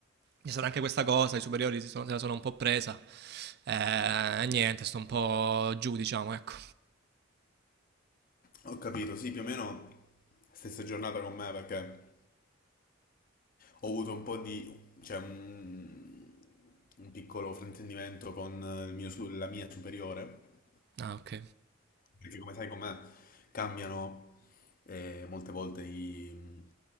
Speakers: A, on the right; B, on the left.
A: c'è stata anche questa cosa, i superiori si sono- se la sono un po' presa eh, e eh, niente, sto un po' giù diciamo, ecco.
B: Ho capito, sì, più o meno stessa giornata con me perché... Ho avuto un po' di, cioè, un, un piccolo fraintendimento con il mio su- la mia superiore,
A: Ah ok,
B: perché come sai com'è, cambiano eh, molte volte i...